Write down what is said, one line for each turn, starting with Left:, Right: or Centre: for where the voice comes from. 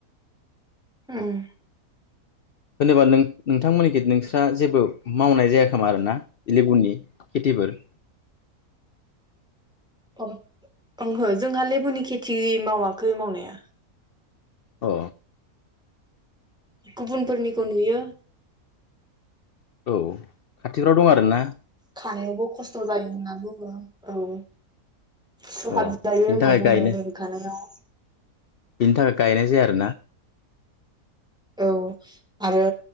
Centre: उम
Left: होनोबा नों नोंथांमोननिखि नोंस्रा जेबो मावनाय जायाखोमा आरोना लेबुनि खिथिफोर
Centre: अ ओंहो जोंहा लेबुनि खेथि मावाखै मावनाया।
Left: अ
Centre: गुबुनफोरनिखौ नुयो।
Left: औ खाथिफ्राव दं आरोना।
Centre: खानायावबो खस्थ' जायो होनना बुङो औ। सु
Left: अ
Centre: हाबजायो
Left: बिनि
Centre: होनना
Left: थाखाय
Centre: बुङो
Left: गायनो
Centre: लेबु खानायाव
Left: बिनि थाखाय गायनाय जाया आरोना।
Centre: औ आरो